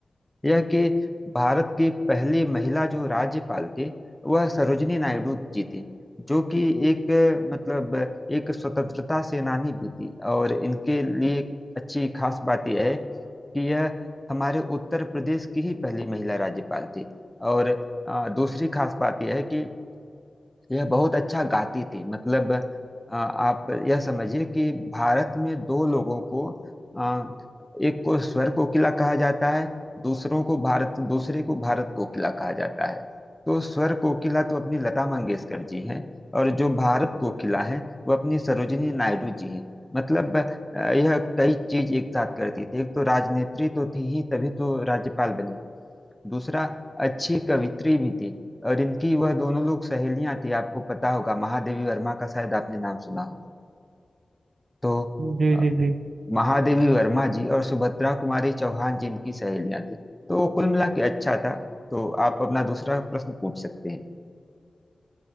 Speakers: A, in the centre; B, on the right.
A: यह कि भारत की पहली महिला जो राज्यपाल थी वह सरोजिनी नायडू जी थी जो कि एक अ, मतलब एक स्वतंत्रता सेनानी भी थी और इनके लिए अच्छी खास बात यह है कि यह हमारे उत्तर प्रदेश की ही पहली महिला राज्यपाल थी और अ, दूसरी खास बात यह है कि यह बहुत अच्छा गाती थी मतलब अ, आप यह समझिए कि भारत में दो लोगों को अ, एक को स्वर कोकिला कहा जाता है दूसरों को भारत दूसरे को भारत कोकिला कहा जाता है तो स्वर कोकिला तो अपनी लता मंगेशकर जी हैं और जो भारत कोकिला हैं वो अपनी सरोजिनी नायडू जी हैं मतलब अ, यह कई चीज एक साथ करती थी एक तो राजनेत्री तो थी ही तभी तो राज्यपाल बनी दूसरा अच्छी कवित्री भी थी और इनकी वह दोनों लोग सहेलियां थी आपको पता होगा महादेवी वर्मा का शायद आपने नाम सुना हो तो
B: जी
A: अ,
B: जी जी
A: महादेवी वर्मा जी और सुभद्रा कुमारी चौहान जी इनकी सहेलियां थी तो वो कुल मिला के अच्छा था तो आप अपना दूसरा प्रश्न पूछ सकते हैं